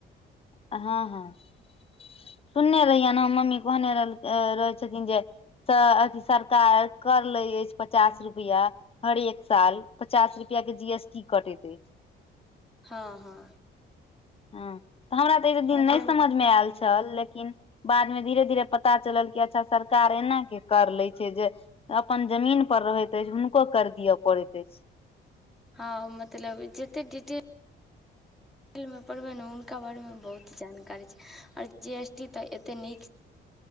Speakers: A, on the left; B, in the centre.
A: हँ हँ सुनने रहिय ने हम मम्मी कहने रहल रहै छथिन जे। त अथी सरकार कर ले अछि पचास रुपिया। हरेक साल पचास रुपिया के जी एस टी कटैत अछि।
B: हँ हँ।
A: हँ तऽ हमरा तऽ ऐतय दिन
B: हँ
A: नहि
B: जे
A: समझ मे आयल छै। छल लेकिन बादमे धीरे धीरे पता चलल कि अच्छा सरकार एना के कर ले छैय जे अपन जमीन पर रहैत अछि हुनको कर दियअ पड़ैत अछि।
B: हँ मतलब जेतेक डिटेल डिटेलमे पढ़बै ने हुनका बारेमे बहुत जानकारी छैय आओर जी एस टी तऽ एतेक नीक